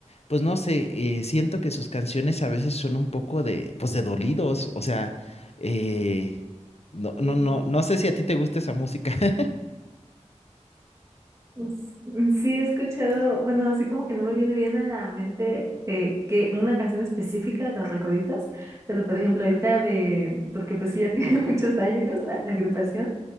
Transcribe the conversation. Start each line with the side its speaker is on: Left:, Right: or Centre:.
Left: pues no sé, eh, siento que sus canciones a veces son un poco de, pues de dolidos. O sea, eh, no, no,
Right: sí.
Left: no, no sé si a ti te gusta esa música. <laughs>
Right: Pues, mm, sí, he escuchado, bueno, así como que no me viene bien a la mente eh, que una canción específica de Los Recoditos, pero por ejemplo ahorita de, porque pues sí ya <laughs> tiene muchos años la, la agrupación,